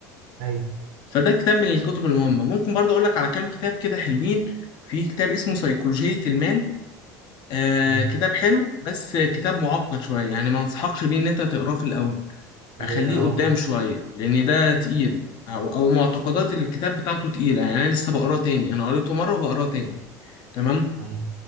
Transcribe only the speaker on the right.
أيوه
م-
في
البداية
اه
أيوه